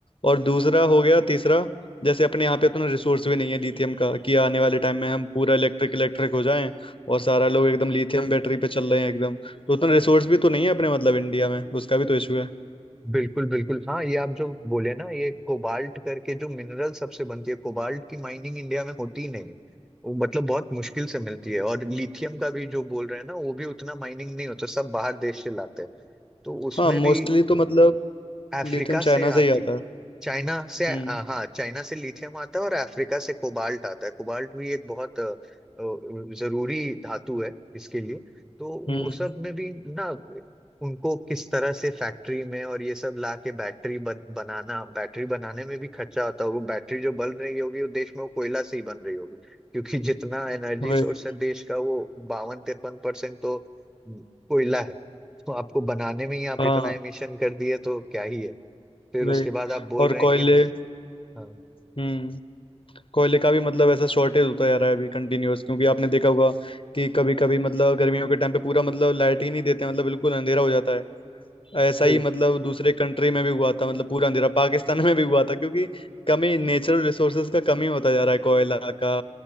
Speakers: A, on the left; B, in the centre.
A: और दूसरा हो गया तीसरा जैसे अपने यहाँ पे इतना रिसोर्स भी नहीं है लिथियम का कि आने वाले टाइम में हम पूरा इलेक्ट्रिक इलेक्ट्रिक हो जाएं और सारा लोग एकदम लिथियम बैटरी पे चल रहे हैं एकदम तो उतना रिसोर्स भी तो नहीं है अपने मतलब इंडिया में उसका भी तो इशू है
B: बिल्कुल बिल्कुल हाँ ये आप जो बोले ना ये कोबाल्ट करके जो मिनरल सबसे बनती है कोबाल्ट की माइनिंग इंडिया में होती ही नहीं है वो मतलब बहुत मुश्किल से मिलती है और लिथियम का भी जो बोल रहे हैं ना वो भी उतना माइनिंग नहीं होता सब बाहर देश से लाते हैं तो उसमें
A: हाँ मोस्टली
B: भी
A: तो मतलब
B: अफ्रीका
A: लिथियम
B: से
A: चाइना
B: आती
A: से ही आता है
B: चाइना से
A: हम्म
B: आ, हाँ चाइना से लिथियम आता है और अफ्रीका से कोबाल्ट आता है कोबाल्ट भी एक बहुत अ, अ, जरूरी धातु है इसके लिए तो
A: हम्म
B: वो सब में भी ना उनको किस तरह से फैक्ट्री में और ये सब ला के बैटरी बन, बनाना बैटरी बनाने में भी खर्चा होता होगा बैटरी जो बन रही होगी वो देश में वो कोयला से ही बन रही होगी क्योंकि जितना एनर्जी
A: वही
B: सोर्स है देश का वो बावन तिरपन परसेंट तो कोयला है तो आपको बनाने में ही आप
A: हाँ
B: इतना एमिशन कर दिए तो क्या ही है फिर
A: वही
B: उसके बाद आप बोल
A: और
B: रहे हैं
A: कोयले
B: कि हम हाँ
A: हम्म कोयले का भी मतलब ऐसा शॉर्टेज होता जा रहा है अभी कंटिन्यूअस क्योंकि आपने देखा होगा कि कभी कभी मतलब गर्मियों के टाइम पे पूरा मतलब लाइट ही नहीं देते मतलब बिल्कुल अंधेरा हो जाता है ऐसा
B: बिल्कुल
A: ही मतलब दूसरे कंट्री में भी हुआ था मतलब पूरा अंधेरा पाकिस्तान में भी हुआ था क्योंकि कमी नेचुरल रिसोर्सेज का कमी होता जा रहा है कोयला का